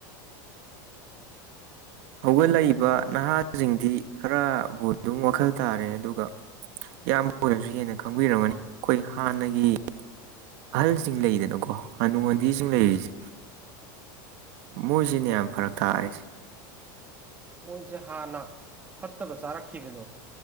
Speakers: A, on the right; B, on the right.
A: ꯍꯧꯒꯠꯂꯛꯏꯕ ꯅꯍꯥꯁꯤꯡꯗꯤ ꯈꯔꯕꯨ ꯑꯗꯨꯝ ꯋꯥꯈꯜ ꯇꯥꯔꯦ ꯑꯗꯨꯒ ꯏꯌꯥꯝꯕ ꯑꯣꯏꯅꯖꯨ ꯍꯦꯟꯅ ꯈꯪꯕꯤꯔꯝꯃꯅꯤ ꯑꯩꯈꯣꯏ ꯍꯥꯟꯅꯒꯤ ꯑꯍꯜꯁꯤꯡ ꯂꯩꯗꯅꯀꯣ ꯍꯥꯅꯨ ꯍꯥꯟꯙꯤꯁꯤꯡ ꯂꯩꯔꯤꯁꯦ ꯃꯣꯏꯁꯤꯅꯦ ꯌꯥꯝ ꯐꯔꯛ ꯊꯥꯔꯤꯁꯦ
B: ꯃꯣꯏꯖ‌ꯦ ꯍꯥꯟꯅ ꯐꯠꯇꯕ ꯆꯥꯔꯛꯈꯤꯕꯗꯣ